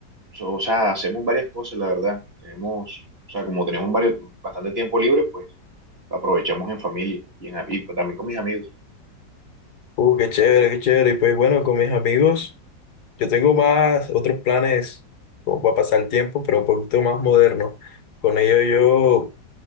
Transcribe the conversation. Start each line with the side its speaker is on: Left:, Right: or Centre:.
Right: so- o sea, hacemos varias cosas, la verdad. Tenemos, o sea, como tenemos varios, bastante tiempo libre, pues la aprovechamos en familia y, en, y pues, también con mis amigos.
Left: Uh, qué chévere, qué chévere. Y pues bueno, con mis amigos yo tengo más otros planes como para pasar el tiempo, pero un poquito más moderno. Con ellos yo